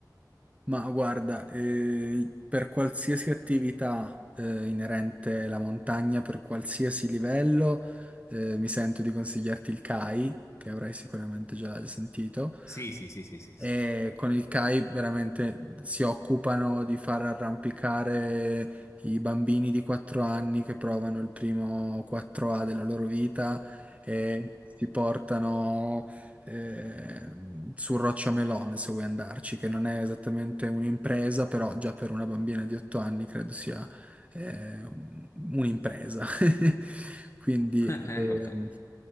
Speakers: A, on the right; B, on the left.
A: ma guarda, eh, per qualsiasi attività eh, inerente alla montagna, per qualsiasi livello, eh, mi sento di consigliarti il CAI, che avrai sicuramente già sentito.
B: Sì, sì, sì, sì, sì,
A: E
B: sì.
A: con il CAI veramente si occupano di far arrampicare i bambini di 4 anni che provano il primo 4A della loro vita Mm. e si portano eh, su Rocciamelone se vuoi andarci, che non è esattamente un'impresa, però già per una bambina di 8 anni credo sia eh, un- un'impresa. <laughs> Quindi
B: <laughs>
A: ehm,
B: Eh, vabbè.